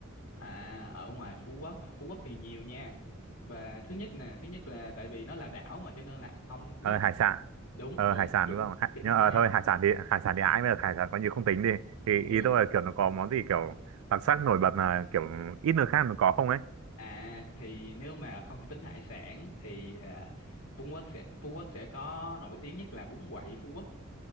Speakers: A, on the left; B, on the right.
A: à ở ngoài Phú Quốc à, Phú Quốc thì nhiều nha và thứ nhất nè thứ nhất là tại vì nó là đảo mà cho nên là ông nhất
B: ờ,
A: định
B: hải sản
A: đúng
B: ờ,
A: đúng
B: hải sản
A: chính
B: đúng không Hải-
A: chính
B: nhưng mà ờ,
A: xác
B: thôi hải sản thì hải sản thì ái mới được hải sản coi như không tính đi thì ý
A: ừ
B: tôi là kiểu nó có món gì kiểu đặc sắc nổi bật là kiểu ít nơi khác nó có không ấy
A: à thì nếu mà không tính hải sản thì à, Phú Quốc sẽ Phú Quốc sẽ có nổi tiếng nhất là bún quậy Phú Quốc